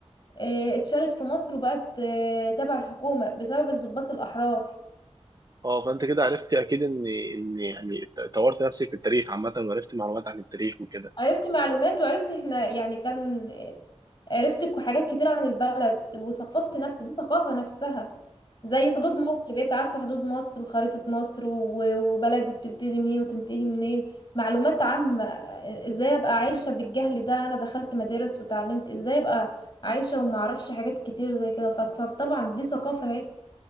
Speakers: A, on the left (about 40°); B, on the right (about 35°).
A: آه، اتشالت في مصر وبقت آه، تبع الحكومة بسبب الضباط الأحرار
B: اه فانت كده عرفتي اكيد ان ان يعني طورت نفسك في التاريخ عامة وعرفتي معلومات عن التاريخ وكده
A: عرفت معلومات وعرفت احنا يعني كان عرفت ك- حاجات كتير عن البلد وثقفت نفسي دي ثقافة نفسها زي حدود مصر بقيت عارفة حدود مصر وخريطة مصر و- وبلدي بتبتدي منين وتنتهي منين معلومات عامة ازاي ابقى عايشة بالجهل ده انا دخلت مدارس وتعلمت ازاي ابقى عايشة ومعرفش حاجات كتير زي كده فطبعا دي ثقافة اهي